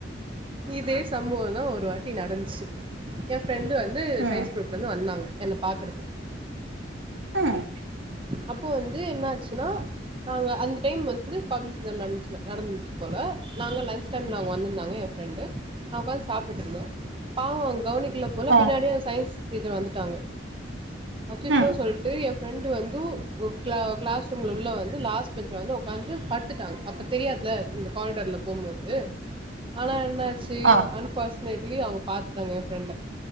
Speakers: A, on the right (about 30°); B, on the right (about 85°).
A: இதே சம்பவந்தாஒரு வாட்டி நடந்ச்சு என் ஃப்ரெண்டு வந்து
B: ம்
A: சயின்ஸ் க்ரூப் ந்து வந்தாங்க என்ன பாக்குறதுக்கு
B: ம்
A: அப் ப்போ வந்து என்ன ஆச்சுன்னா நாங்க அந்த டைம் வந்து ஃபங்ஷன் நடந்த்ச்ல நடந்துமுடிஞ்ச்சு போல நாங்க லஞ்ச் டைம்ல அவுங்க வந்ருந்தாங்க ஃப்ரெண்டு நா உக்காந்து சாப்ட்டுட்ருந்தே பாவோ அவ கவனிக்கல போல
B: ஆ
A: பின்னாடி அவ சயின்ஸ் டீச்சர் வந்துட்டாங்க அச்சச்சோ
B: ம்
A: சொல்லிட்டு எ ஃப்ரெண்டு வந்து ஒ க்ளா க்ளாஸ் ரூம்ல உள்ள வந்து லாஸ்ட் பெஞ்ச்ல வந்து உக்காந்து படுத்துட்டாங்க அப்ப தெரியாதுல இந்த ஹாரிடர்ல போம்போது ஆனா என்ன ஆச்சு
B: ஆ
A: அன்பார்ச்சுனேட்லி அவுங்க பாத்துட்டாங்க எ ஃப்ரெண்ட